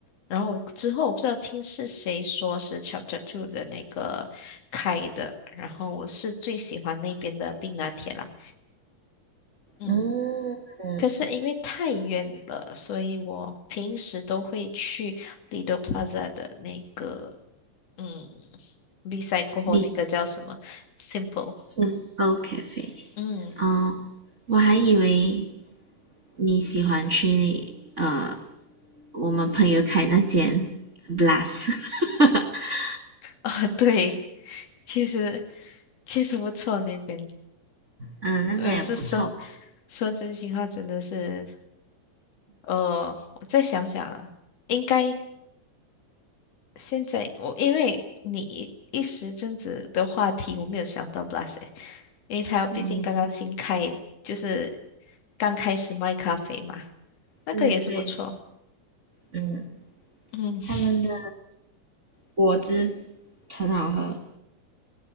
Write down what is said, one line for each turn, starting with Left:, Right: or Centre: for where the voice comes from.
Left: 然后我之后我不知道听是谁说是 Chapter Two 的那个开的，然后我是最喜欢那边的冰拿铁啦。嗯。
Right: 嗯嗯
Left: 可是因为太远了，所以我平时都会去 Lido Plaza 的那个，嗯，B side 过后那个叫什么？Simple，
Right: ，Big Simple Cafe，
Left: 嗯
Right: 嗯，我还以为你喜欢去呃我们朋友开那间 Blast，<laughs>
Left: 啊，对，其实其实不错那边，
Right: 嗯，那边也不错吧？
Left: 嗯，是说说真心话，真的是，呃，我再想想啊，应该现在我因为你一一时阵子的话题，我没有想到 Blas，e 因为他毕竟刚刚新开，
Right: 嗯，
Left: 就是。刚开始卖咖啡嘛，那个也是不错。
Right: 对对，嗯，
Left: 嗯，<laughs>
Right: 他们的果汁很好喝。